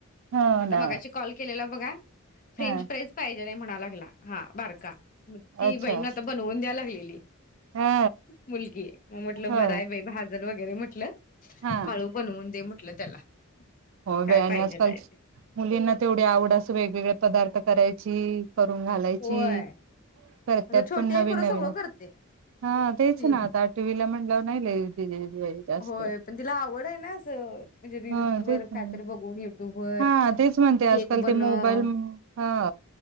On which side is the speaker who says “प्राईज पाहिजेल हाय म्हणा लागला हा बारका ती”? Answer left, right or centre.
Left